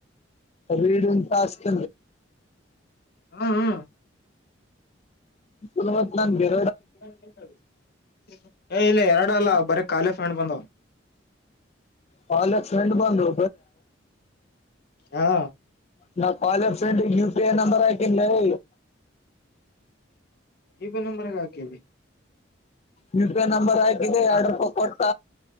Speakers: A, on the left (about 35°); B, on the left (about 55°).
A: ರೀಡಿಂಡ್ ತಾಸ್ಕ್
B: ಹಾ ಹಾ
A: <unintelligible>
B: <unintelligible> ಹೇ ಎರಡು ಅಲ್ಲ ಬಾರಿ ಖಾಲಿ ಫ್ಯಾನ್ ಬಂದವ
A: ಫಾಲ್ಲೋ ಫ್ರೆಂಡ್ನ್ ಬಂದ್ಲು
B: ಹಾ
A: ನಾ ಕಾಲಫ್ರೆಂಡ ಯುಪಿಐ ನಂಬರ್ ಅಕಿನಲ್
B: ಇದೆ ನಂಬರಗೆ ಹಾಕಿದ್ದೆ
A: ಯು ಪಿಐ ನಂಬರ್ ಹಾಕಿದ್ದೆ ಎರಡು
B: ಹ್ಮ್
A: ರೂಪಾಯಿ ಕೊಟ್ಟ